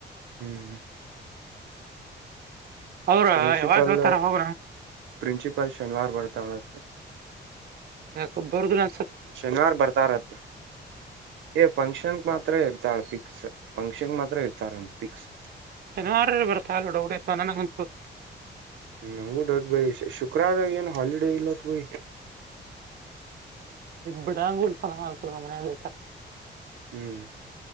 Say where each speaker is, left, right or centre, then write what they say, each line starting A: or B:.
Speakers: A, on the right (about 90°); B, on the right (about 55°).
A: ಹ್ಮ್
B: ಅವ್ರ
A: ಪ್ರಿನ್ಸಿಪಲ್
B: ಯಾವಾಗ ಹೇಳ್ತಾರ ಹೋಗ
A: ಪ್ರಿನ್ಸಿಪಲ್ ಶನಿವಾರ ಬರ್ತಳ
B: ಹಬರ್ಗು ನ <unintelligible>
A: ಶನಿವಾರ ಬರ್ತಾರತ್ ಏ ಫಂಕ್ಷನ್ ಮಾತ್ರ ಇರ್ತಾಳ ಪಿಕ್ಸ್ ಫಂಕ್ಷನ್ ಮಾತ್ರ ಇರ್ತಾರ ಅ ಫಿಕ್ಸ್
B: ಶನಿವಾರಲ್ಲಿ ಬರ್ತಾಲ್ಲ ಡೌಡವಾ ನನಗೊಂದ ಪುಸ್ತ <unintelligible> <inaudible>
A: ನಂಗು ಡೌಟ್ ಭ ಶುಕ್ರವಾರ ಏನು ಹಲಿಡೆೇ ಇಲ್ಲತ ಭ
B: ಬಡಾಂಗುಸಲ ಹ ತ ನಮ್ಮನ <unintelligible>
A: ಹ್ಮ್